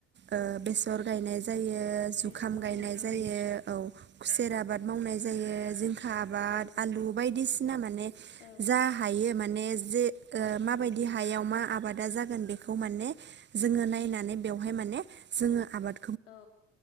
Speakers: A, on the right (about 30°); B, on the left (about 75°).
A: ओ बेसर गायनाय जा जायो जुखाम
B: बेसर गावनाय
A: गायनाय जायो
B: ओं
A: औ खुसेर आबाद मावनाय जायो आबाद
B: औ
A: आलु बायदिसिना माने
B: ओं
A: जा हायो माने जे ओ
B: बेखौनो
A: माबायदि
B: ओं
A: हायाव मा आबाद जागोन बेखौ माने जोङो नायनानै बेयावहाय माने जोंओ आबाद
B: औ